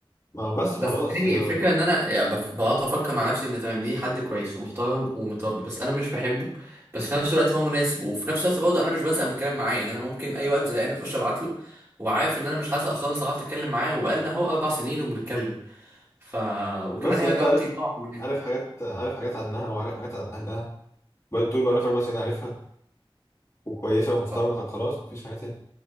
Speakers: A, on the left; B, on the right.
A: ما بس
B: بس
A: خلاص
B: تاني
A: هي
B: الفكرة ان انا يعني ب- بقعد افكر مع نفسي ان تمام دي حد كويس ومحترم ومتربي بس انا مش بحبه بس في نفس الوقت هو مناسب وفي نفس الوقت برضه انا مش بزهق من الكلام معاه يعني انا ممكن اي وقت زهقان اخش ابعت له وعارف ان انا مش هزهق خالص اقعد اتكلم معاه وبقالنا اهو اربع سنين وبنتكلم ف وكمان
A: بس
B: هي
A: يعني انت
B: جارتي
A: عارف
B: نوعا ما
A: عارف حاجات عارف حاجات عنها وعارف حاجات عن اهلها بقيت طول بقالك
B: صح
A: اربع سنين عارفها وكويسه ومحترمه
B: صح
A: طب خلاص مفيش حاجه تاني